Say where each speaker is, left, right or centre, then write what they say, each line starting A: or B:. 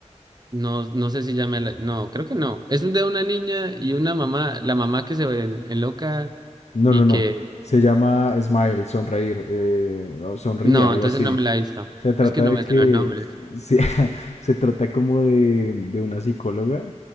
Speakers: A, on the right; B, on the left.
A: No, no sé si ya me la- No, creo que no. Es de una niña y una mamá, la mamá que se ve en- enloca
B: No,
A: y
B: no, no.
A: que
B: Se llama Smile, sonreír, eh, o sonríe,
A: No,
B: algo
A: entonces
B: así.
A: no me la he visto.
B: Se trata
A: Es que no
B: de
A: me
B: que,
A: sé los nombres.
B: se, <laughs> se trata como de, de una psicóloga